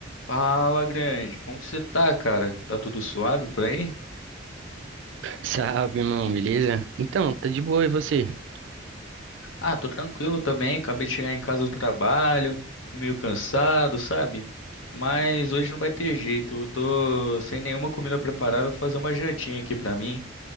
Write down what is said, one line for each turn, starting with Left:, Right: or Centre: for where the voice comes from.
Left: Fala, grande. Como que você tá, cara? Tá tudo suave por aí?
Right: Salve, irmão, beleza? Então, tá de boa, e você?
Left: Ah, tô tranquilo também. Acabei de chegar em casa do trabalho, meio cansado, sabe? Mas hoje não vai ter jeito. Eu tô sem nenhuma comida preparada. Vou fazer uma jantinha aqui pra mim.